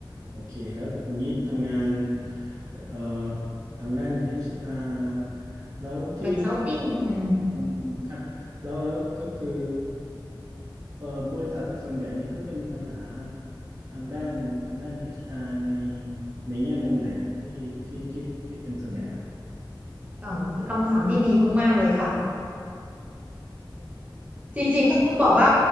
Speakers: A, on the right; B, on the right.
A: โอเคแล้วอย่างนี้ทำงานเอ่อทางด้าน HR แล้วที่
B: consulting อนซัลทิ n งอืม
A: อืมอืมครับแล้วแล้วก็คือ เอ่อบริษัทส่วนใหญ่นี่เขาจะมีปัญหาทางด้านทางด้าน HR ในในแง่มุมไหนฮะที่ที่ที่ที่เป็นส่วนใหญ่ครับ
B: อ๋อเป็นคำถามที่ดีมากๆเลยค่ะ จริงๆก็ต้องบอกว่า